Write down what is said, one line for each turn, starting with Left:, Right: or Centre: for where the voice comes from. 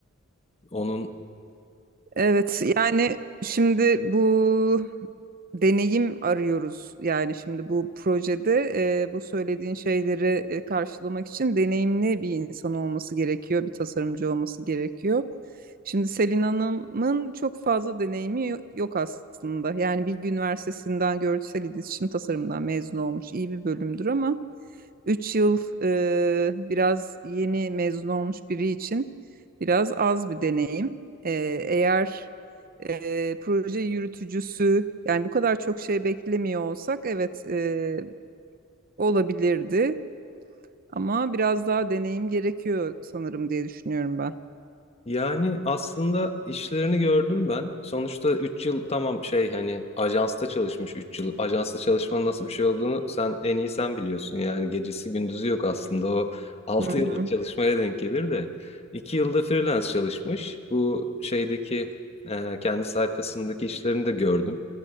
Left: Onun
Right: Evet yani şimdi bu deneyim arıyoruz. Yani şimdi bu projede e, bu söylediğin şeyleri e, karşılamak için deneyimli bir insan olması gerekiyor, bir tasarımcı olması gerekiyor. Şimdi Selin Hanım'ın çok fazla deneyimi yo- yok aslında. Yani Bilgi Üniversitesi'nden görsel iletişim tasarımından mezun olmuş iyi bir bölümdür ama Üç yıl e, biraz yeni mezun olmuş biri için biraz az bir deneyim. E, eğer e, proje yürütücüsü yani bu kadar çok şey beklemiyor olsak evet e, olabilirdi ama biraz daha deneyim gerekiyor sanırım diye düşünüyorum ben.
Left: Yani aslında işlerini gördüm ben. Sonuçta üç yıl tamam şey hani ajansta çalışmış 3 yıl. Ajansta çalışmanın nasıl bir şey olduğunu sen en iyi sen biliyorsun. Yani gecesi gündüzü yok aslında o altı
Right: Hı
Left: yıllık
Right: hı,
Left: çalışmaya denk gelir de. 2 yılda freelance çalışmış. Bu şeydeki e, kendi sayfasındaki işlerini de gördüm.